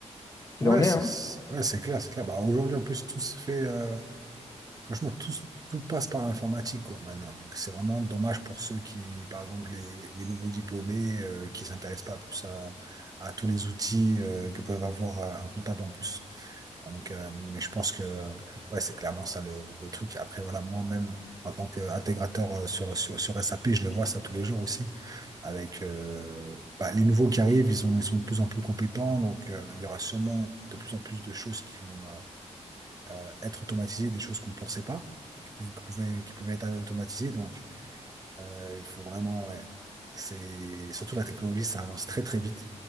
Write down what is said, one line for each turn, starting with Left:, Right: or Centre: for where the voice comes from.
Left: qu'il
Right: Ouais,
Left: en est,
Right: c'est
Left: hein.
Right: c'est- ouais, c'est clair, c'est clair. Bah, aujourd'hui, en plus, tout se fait. euh, Franchement, tout, s- tout passe par l'informatique, quoi, maintenant. Donc, c'est vraiment dommage pour ceux qui, par exemple, les, les nouveaux diplômés, euh, qui s'intéressent pas plus à, à tous les outils, euh, que peuvent avoir euh, un comptable en plus. Donc, euh, mais je pense que, ouais, c'est clairement ça le, le truc. Après, voilà, moi-même, en tant qu'intégrateur euh, sur, sur, sur SAP, je le vois ça tous les jours aussi. Avec euh, bah, les nouveaux qui arrivent, ils sont, ils sont de plus en plus compétents. Donc, euh, il y aura sûrement de plus en plus de choses qui vont, euh, euh, être automatisé des choses qu'on ne pensait pas, qui pou- qui pouvaient, qui pouvaient être automatisées. Donc, euh, il faut vraiment, ouais, c'est surtout la technologie, ça avance très très vite.